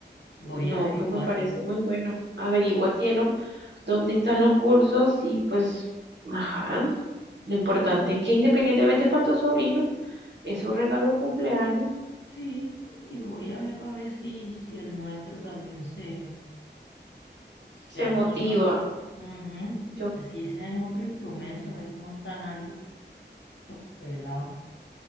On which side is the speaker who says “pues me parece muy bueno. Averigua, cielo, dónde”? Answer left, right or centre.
Right